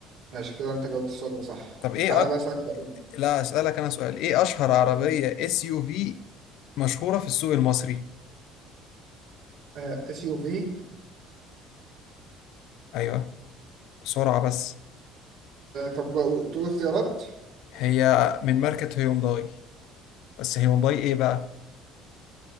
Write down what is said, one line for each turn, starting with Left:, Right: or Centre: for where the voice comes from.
Right: ماشي كده انت جاوبت السؤال ده صح
Left: طب ايه
Right: تعالى
Left: أك...
Right: بقى اسألك سؤال
Left: لا اسألك انا سؤال ايه اشهر عربية
Right: آه،
Left: اس يو في مشهورة في السوق المصري
Right: آه، اس يو في
Left: ايوه بسرعة بس
Right: طب تقول اختيارات
Left: هي من ماركة هيونداي بس هيونداي ايه بقى